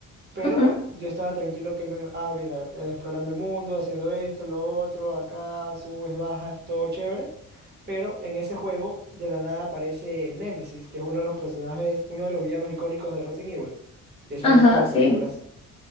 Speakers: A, on the right (about 30°); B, on the left (about 15°).
A: pero
B: ujú.
A: yo estaba tranquilo que me, ah, mira, eh, explorando el mundo, haciendo esto, lo otro, acá, subes, bajas, todo chévere. Pero en ese juego, de la nada aparece Nemesis, que es uno de los personajes, uno de los villanos icónicos de Resident Evil, que sale
B: Ajá,
A: hasta en las
B: sí.
A: películas.